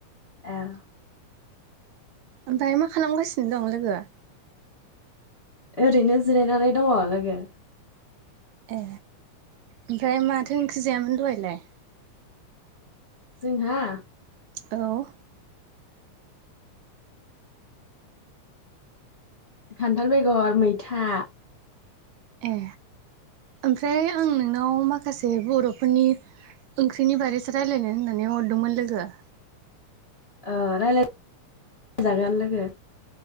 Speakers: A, on the left; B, on the right.
A: ए।
B: ओमफाय मा खालामगासिनो दं लोगोआ?
A: ओरैनो जिरायनानै दङ' लोगो।
B: ए ओमफ्राय माथो ओंख्रि जायामोन दहायलाय?
A: जोंहा?
B: औ।
A: खान्थाल बेगर मैथा।
B: ए ओमफ्राय आं नोंनाव माखासे बर'फोरनि ओंख्रिनि बारैसो रायलायनो होननानै हरदोंमोन लोगो।
A: अ रायलाय जागोन लोगो।